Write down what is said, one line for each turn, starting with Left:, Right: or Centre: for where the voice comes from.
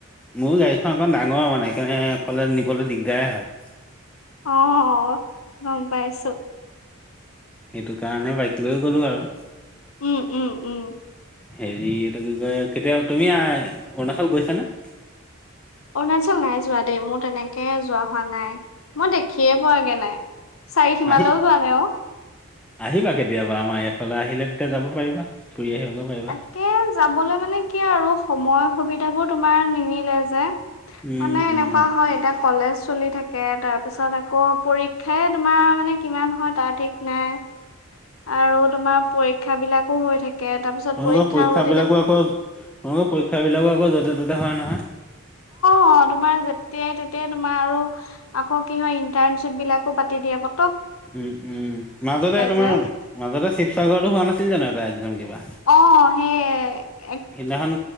Centre: মোৰো গাড়ীখন অকণ ডাঙৰ মানে। সেইকাৰণে অকলে নিবলৈ দিগদাৰ হয়।
Left: অ', অ গম পাইছোঁ।
Centre: সেইটো কাৰণে বাইক লৈ গলো আৰু
Left: উম, উম, উম,
Centre: হেৰি এইটো কি কয় কেতিয়া তুমি অৰুণাচল গৈছানে।
Left: অৰুণাচল নাই যোৱা দেই মোৰ তেনেকে যোৱা হোৱা নাই মই দেখিয়ে পোৱাগে নাই। চাৰি সিমালৈও
Centre: আহি
Left: যোৱা নাই অ
Centre: আহিবা কেতিয়াবা আমাৰ এইফালে আহিলে তেতিয়া যাব পাৰিবা। ফুৰি আহিব পাৰিবা।
Left: তাকে যাবলৈ মানে কি আৰু সময় সুবিধাবোৰ তোমাৰ নিমিলে যে। মানে
Centre: উম
Left: এনেকুৱা
Centre: উম
Left: হয় এ তাক কলেজ চলি থাকে তাৰ পিছত আকৌ পৰীক্ষাই তোমাৰ মানে কিমান হয় তাৰ ঠিক নাই আৰু তোমাৰ পৰীক্ষা বিলাকো হৈ থাকে তাৰপিছত
Centre: তেওঁলোকৰ
Left: পৰীক্ষা
Centre: পৰীক্ষ
Left: হৈ
Centre: বিলাকো
Left: থাকে
Centre: আকৌ তেওঁলোকৰ পৰীক্ষা বিলাকো আকৌ য'তে ত'তে হয় নহয়। <unintelligible>
Left: অ তোমাৰ যেতিয়াই তেতিয়াই তোমাৰ আৰু আকৌ কি হয় ইন্টাৰণশ্বিপ বিলাকো পাতি দিয়া প
Centre: উম উম মাজতে তোমাৰ
Left: যে
Centre: মাজতে শিৱসাগৰতৰতো হোৱা নাছিল জানো এটা একজাম কিবা
Left: অ সেইয়
Centre: সেইদিনাখন